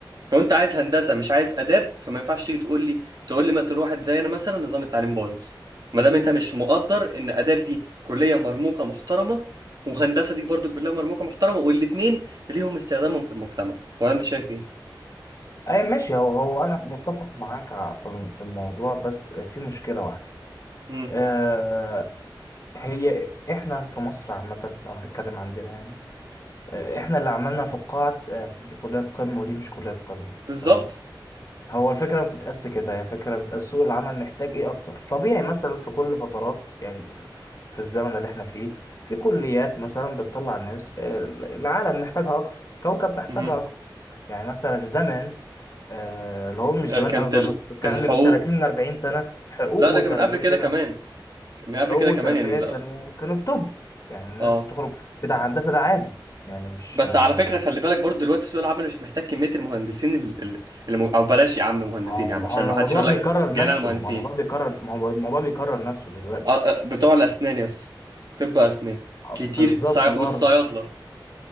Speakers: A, on the right (about 55°); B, on the left (about 40°).
A: لو انت عايز هندسه مش عايز اداب فما ينفعش تيجي تقول لي تقول لي مثلا واحد زي انا مثلا نظام التعليم بايظ ما دام انت مش مقدر ان اداب دي كليه مرموقه محترمه وهندسه دي برضو كليه مرموقه محترمه والاثنين ليهم استخدامهم في المجتمع ولا انت شايف ايه
B: اي ماشي هو هو انا متفق معاك ع- في الم- في الموضوع بس في مشكله واحده
A: امم
B: آه هي احنا في مصر عامه لو هنتكلم عندنا يعني آه، احنا اللي عملنا فقاعه آه، دي كليات قمه ودي مش كليات قمه
A: بالظبط
B: تمام هو الفكرة ما بتتقاس كده هي فكرة بتقاس سوق العمل محتاج ايه اكتر طبيعي مثلا في كل فترات يعني في في الزمن اللي احنا فيه في كليات مثلا بتطلع ناس ال- العالم محتاجها اكتر كوكب محتاجها
A: امم
B: اكتر يعني مثلا زمان آه، اللي هو مش
A: آه،
B: زمان
A: كانت
B: قوي برضه
A: ال-
B: بتتكلم
A: الحقوق
B: 30 40 سنة حقوق
A: لا
B: وتربية
A: ده كان من قبل كده كمان من قبل
B: حقوق
A: كده
B: وتربية
A: كمان يعني لا
B: كانوا كانوا التوب يعني الناس
A: اه
B: بتخرج بتاع هندسة ده عادي يعني مش
A: بس
B: ما
A: على فكره خلي بالك برضو دلوقتي سوق العمل مش محتاج كميه المهندسين ال- ال- اللي م- او بلاش يا عم مهندسين
B: هو
A: يا
B: ما
A: عم عشان
B: هو الموضوع
A: ما حدش يقول لك
B: بيكرر
A: جايين
B: نفسه
A: على المهندسين
B: ما هو الموضوع بيكرر ما هو الموضوع بيكرر نفسه دلوقتي
A: آه، آه، بتوع الأسنان يس طب أسنان كتير
B: بالظبط
A: سع...
B: برضه
A: والصيادلة